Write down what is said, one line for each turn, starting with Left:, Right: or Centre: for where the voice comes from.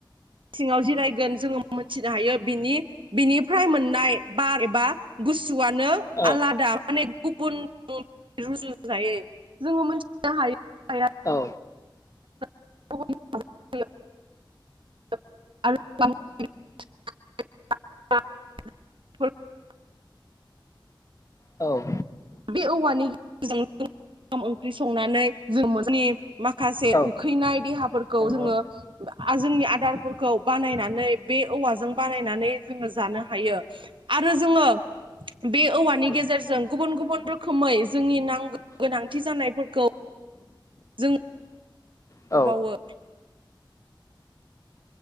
Right: सिङाव जिरायगोन जोङो मोनथिनो हायो बिनि बिनिफ्राय मोननाय बार एबा गुसुआनो आलादा
Left: औ
Right: माने गुबुन जों रुजुजायै जोंङो मिथिनो हायो
Left: औ
Right: <unintelligible>
Left: औ
Right: बे औवानि गेजेरजों ओखाम ओंख्रि संनानै जों नि माखासे
Left: औ
Right: उखैनाय देहाफोरखौ
Left: नंगौ
Right: जोङो जोंनि आदारफोरखौ बानायनानै बे औवाजों बानायनानै जोङो जानो हायो आरो जोङो बे औवानि
Left: औ
Right: गेजेरजों गुबुन गुबुन गुबुन रोखोमै जोंनि नांगौ गोनांथि जानायफोरखौ जों
Left: औ
Right: बावो